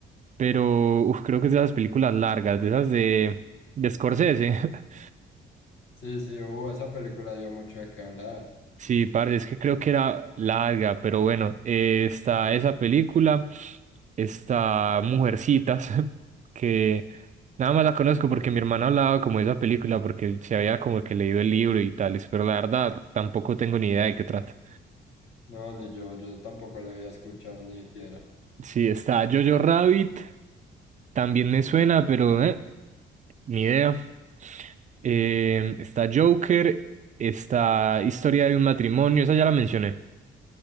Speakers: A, on the right; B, on the left.
A: pero uf, creo que es de esas películas largas, de esas de, de Scorsese. <laughs>
B: Sí, sí, uh, esa película dio mucho de qué hablar.
A: Sí, parce, es que creo que era larga, pero bueno, eh, está esa película, está Mujercitas, <laughs> que nada más la conozco porque mi hermana hablaba como de esa película, porque se había como que leído el libro y tales, pero la verdad tampoco tengo ni idea de qué trata.
B: No, ni yo, yo tampoco la había escuchado ni siquiera.
A: Sí, está Jojo Rabbit, también me suena, pero eh, ni idea. Eh, está Joker, está Historia de un matrimonio, esa ya la mencioné.